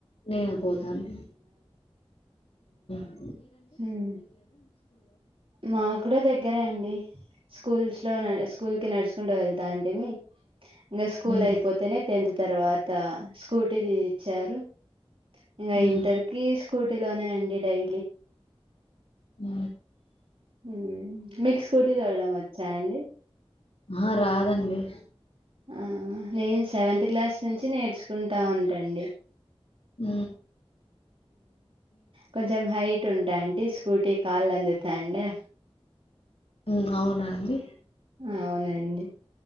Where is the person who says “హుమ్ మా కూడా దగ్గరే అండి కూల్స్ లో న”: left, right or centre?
Right